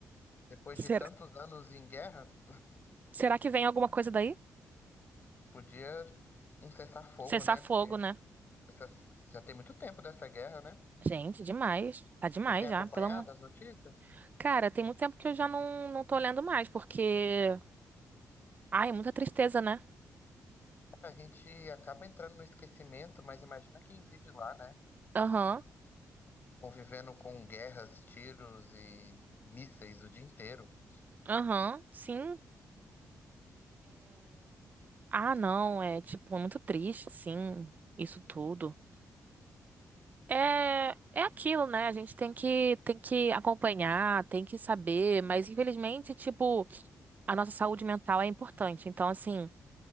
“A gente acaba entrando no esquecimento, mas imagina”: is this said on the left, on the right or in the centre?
Left